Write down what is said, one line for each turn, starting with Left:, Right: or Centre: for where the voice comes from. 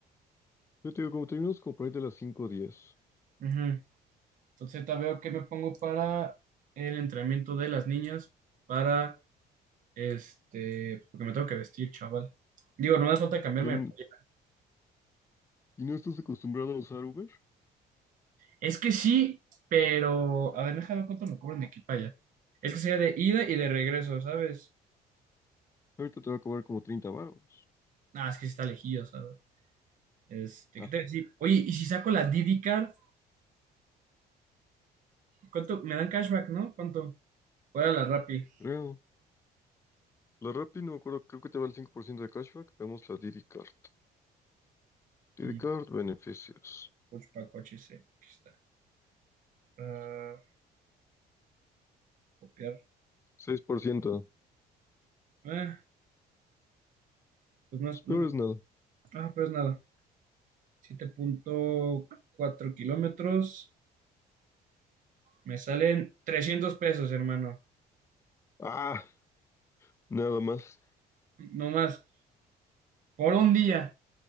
Left: Yo te digo, como terminamos como por ahí de las 5:10
Right: Ujú. Entonces, ahorita veo que me pongo para el entrenamiento de las niñas para Este, porque me tengo que vestir, chaval. Digo, no me falta cambiarme
Left: y, n-
Right: de playera.
Left: y no estás acostumbrado a usar Uber,
Right: Es que sí, pero. A ver, déjame ver cuánto me cobran de aquí para allá. Es que sea de ida y de regreso, ¿sabes?
Left: ahorita te va a cobrar como treinta varos.
Right: Ah, es que sí está lejillo, ¿sabes? Este,
Left: Ah,
Right: ¿qué te decía? Oye, ¿y si saco la Didi Card? ¿Cuánto? Me dan cashback, ¿no? ¿Cuánto? ¿Cuál era la Rappi?
Left: creo. La Rappi, no me acuerdo, creo que te va el 5% de cashback. Veamos la Didi Card. Didi
Right: Mm,
Left: Card, beneficios.
Right: Coach pa' coche, sí. Aquí está. Ah, copiar.
Left: 6%.
Right: Ah, pues no, es-
Left: Pues
Right: no.
Left: peor es nada.
Right: Ah, pues nada. 7.4 kilómetros. Me salen 300 pesos, hermano.
Left: Ah, nada más
Right: nomás por un día.